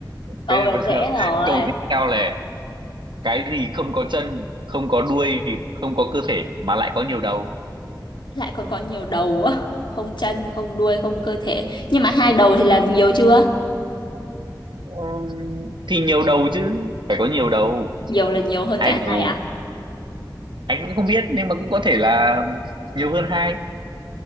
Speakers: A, on the left; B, on the right.
A: Cầu
B: thế
A: là
B: <laughs>
A: dễ rồi.
B: câu tiếp theo này cái gì không có chân không có đuôi không có cơ thể mà lại có nhiều đầu
A: lại còn có nhiều đầu á không chân không đuôi không cơ thể nhưng mà hai đầu thì là nhiều chưa
B: Ừm, thì nhiều đầu chứ phải có nhiều đầu
A: nhiều là nhiều hơn
B: hai
A: cả
B: đầu
A: hai à
B: anh cũng không biết nhưng mà cũng có thể là nhiều hơn hai